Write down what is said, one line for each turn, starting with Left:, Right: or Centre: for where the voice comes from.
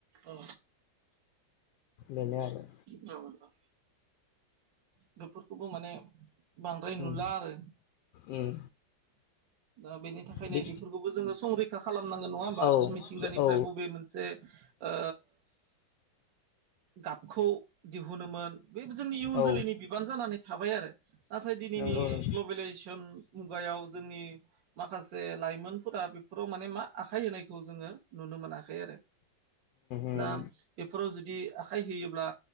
Right: औ
Left: बेनो आरो
Right: नोंथां बेफोरखौबो माने बांद्राय नुला
Left: उम
Right: आरो
Left: उम
Right: दा बेनि थाखायनो
Left: बे
Right: बेफोरखौबो जोंङो संरै खा खालामनांगोन नङा होमबा
Left: औ
Right: मिथिंगानिफ्राय
Left: औ
Right: बबे मोनसे ओ गाबखौ दिहुनोमोन बे जोंनि इयुन
Left: औ
Right: जोलैनि बिबान जानानै थाबाय आरो नाथाय दिनैनि
Left: नंगौ उम
Right: ग्लबेलाइजेसन मुगायाव जोंनि माखासे लाइमोनफोरा बेफोराव माने मा आखाय होनायखौ जोंङो नुनो मोनाखै आरो
Left: उम
Right: दा बेफोराव जुदि आखाइ होयोब्ला